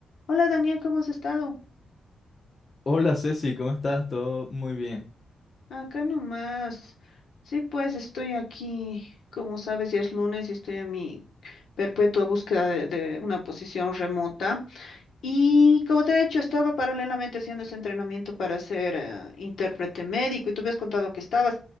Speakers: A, on the left; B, on the left.
A: Hola Daniel, ¿cómo has estado?
B: Hola Ceci, ¿cómo estás? Todo muy bien.
A: Acá nomás. Sí, pues estoy aquí, como sabes, ya es lunes y estoy en mi perpetua búsqueda de, de una posición remota. Y como te he dicho, estaba paralelamente haciendo ese entrenamiento para ser eh, intérprete médico y tú me has contado que estabas.